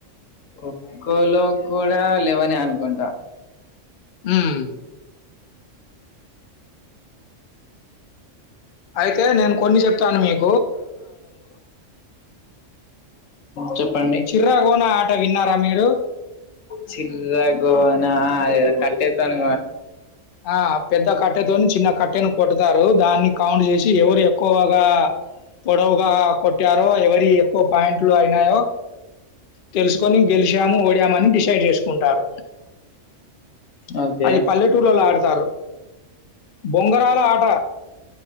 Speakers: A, on the left; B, on the left.
A: కొఖోలో కూడా లెవనే అనుకుంటా
B: హుమ్ అయితే నేను కొన్ని చెప్తాను మీక్
A: చెప్పండి
B: 'చిర్రగోన' ఆట విన్నారా మీరు?
A: చిర్ర గోనా కట్టే కట్టెన్
B: ఆ పెద్ద కట్టెతోని చిన్న కట్టెను కొడతారు దాన్ని కౌంట్ చేసి ఎవరు ఎక్కువగా పొడవుగా కొట్టారో ఎవరి ఎక్కువ పాయింట్లు అయినాయో తెలుసుకొని గెలిశాము ఒడి పోయామని డిసైడ్ చేసుకుంటారు
A: ఓకే
B: అది పల్లెటూర్లలో ఆడతారు బొంగరాల ఆట